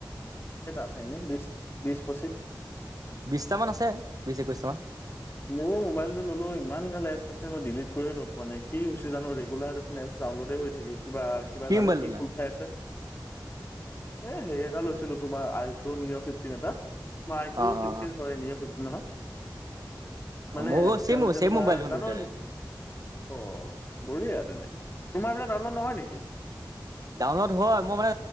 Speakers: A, on the left (about 30°); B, on the right (about 50°).
A: কেটা আছে এনেই বিশ বিশ পঁচিছ
B: বিশটামান আছে বিশ একৈশটাামান।
A: মোৰ মোবাইলটো ললো ইমান গাল এছছে মই ডিলিট কৰিও ত প নাই কি হৈছে জানো ৰেগুলাৰ এখন এপছ ডাউনলোডে হৈ থাকে। কিবা কিবা জানো
B: মোবাইল
A: কি
B: ললা
A: খোল খাই আছে এ সেই এটা লৈছিলো তোমাৰ আই ক নিঅ' ফিফটিন এটা। মই
B: অ
A: ফিফটিন
B: অ
A: চ ফিফটিন মানে
B: অ মোৰ
A: আজিকাল
B: ছেম
A: এতিয়া
B: ছেম
A: তোমাৰ
B: মোবাইল দেখোন
A: জানো
B: দুইটাৰে
A: অ। বঢ়িয়া তেনে। তোমাৰ এইবিলাক ডাউনলোড নহয় নেকি
B: ডাউনলোড হয় মই মানে